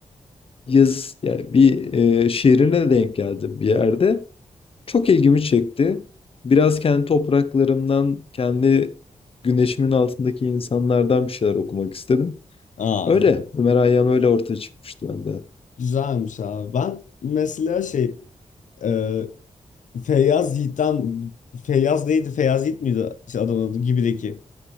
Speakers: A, on the left (about 45°); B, on the left (about 75°).
A: yaz, yani bir eee, şiirine denk geldim bir yerde. Çok ilgimi çekti. Biraz kendi topraklarımdan, kendi güneşimin altındaki insanlardan bir şeyler okumak istedim.
B: Aa
A: Öyle. Ömer Hayyam öyle ortaya çıkmıştı bende.
B: güzelmiş abi. Ben mesela şey e, Feyyaz Yiğit'ten Feyyaz neydi? Feyyaz Yiğit miydi şey adamın adı? Gibi'deki.